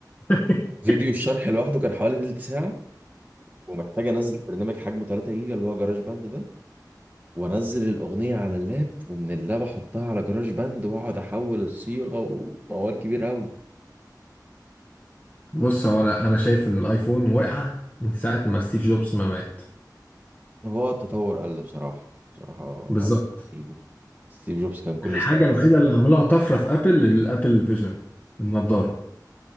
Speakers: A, on the left; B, on the right.
A: <laughs>
B: فيديو الشرح لوحده كان حوالي تلت ساعة ومحتاج انزل برنامج حجمه 3 جيجا اللي هو جراج باند ده وانزل الاغنية على اللاب ومن اللاب احطها على جراج باند واقعد احول الصيغة وموال كبير قوي
A: بص هو انا انا شايف ان الايفون وقع من ساعه ما ستيف جوبز ما مات
B: هو التطور قل بصراحة بصراحة
A: بالظبط
B: موضوع التفكير دي ستيف جوبز كان كل
A: الحاجه
B: سنة
A: الوحيده اللي عملوها طفره في ابل الابل فيجن النضاره